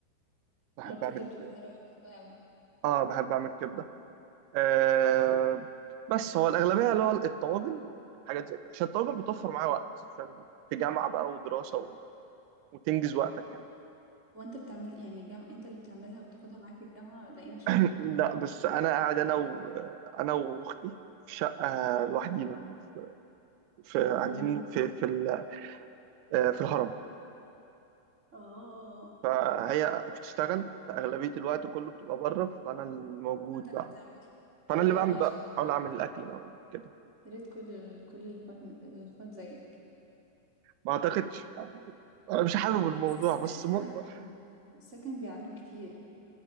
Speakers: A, on the right; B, on the right.
A: بحب
B: اه الكبدة
A: اعمل
B: بتبقى حلوة بحبها قوي
A: اه بحب اعمل كبده آه بس هو الاغلبيه اللي هو الطواجن والحاجات زي كده عشان الطواجن بتوفر معايا وقت عشان في جامعه بقى ودراسه و... وتنجز وقتك يعني
B: هو انت بتعمل يعني الجامعة انت اللي بتعملها وبتاخدها معاك الجامعة ولا ايه
A: <coughs>
B: مش
A: <clears throat>
B: فاهمة
A: لا بس انا قاعد انا و... انا واختي في شقه لوحدينا في في- قاعدين
B: امم
A: في في ال... آه، في الهرم
B: اه
A: فهي بتشتغل فأغلبية الوقت كله بتبقى بره فأنا الموجود
B: انت اللي
A: بقى
B: بتعمل
A: فأنا
B: لا والله
A: اللي بعمل
B: عايش
A: بقى
B: بجد
A: بحاول
B: يا ريت
A: أعمل الأكل بقى وكده
B: يا ريت كل كل الاخوات الاخوات زيك
A: ما أعتقدش أنا مش حابب الموضوع
B: لا بس السكن
A: بس
B: بيعلم
A: مطبخ
B: السكن بيعلم كتير